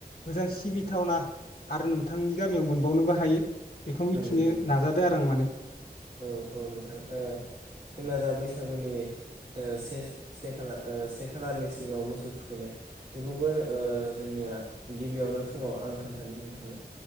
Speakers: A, on the left; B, on the right.
A: मोजां सिबिथावना आरो नों थांनि गामियाव मोनबावनोबो हायो। बेखौ मिथिनो
B: नंगौ नंगौ
A: नाजादो आरो आं माने।
B: औ औ नोंथां ओ जोंना जा बैसागुनि ओ से से खालार से खालारनि सिगाङाव मोसौ थुखैनाय बेखौबो ओ जोंनिया गिबियावनो फुङाव आं खोन्थानि नोंथांनो